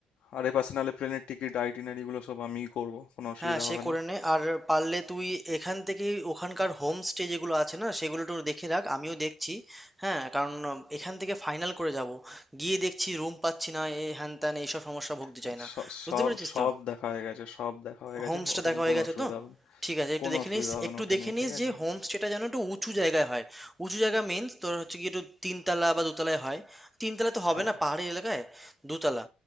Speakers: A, on the left; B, in the centre.
A: আর এপাশে নালে প্লেনের টিকিট আইটিনারি গুলো সব আমিই করব কোনো অসুবিধা
B: হ্যাঁ, সে
A: হবে
B: করে
A: না
B: নে। আর পারলে তুই এখান থেকেই ওখানকার হোমস্টে যেগুলো আছে না সেগুলো একটু দেখে রাখ আমিও দেখছি হ্যাঁ কারণ উম, এখান থেকে ফাইনাল করে যাব গিয়ে দেখছি রুম পাচ্ছি না এ হ্যান ত্যান এইসব সমস্যা ভুগতে
A: হ্যাঁ,
B: চাই না
A: স-
B: বুঝতে
A: সব
B: পেরেছিস
A: সব
B: তো
A: দেখা হয়ে গেছে সব দেখা হয়ে গেছে
B: হোমস্টে
A: ওটা
B: দেখা
A: নিয়ে
B: হয়ে
A: কোনো
B: গেছে
A: অসুবিধা
B: তো
A: হবে না।
B: ঠিক আছে একটু
A: কোনো
B: দেখে
A: অসুবিধা
B: নিস
A: হবে
B: একটু
A: না ওটা
B: দেখে
A: নিয়ে
B: নিস
A: ঠিক আছে
B: যে হোমস্টেটা যেন একটু উঁচু জায়গায় হয় উঁচু জায়গা মিন্স তোর হচ্ছে কি একটু তিনতলা বা দোতলায় হয় তিনতলা তো হবে
A: হ্যাঁ
B: না পাহাড়ি এলাকায় দোতলা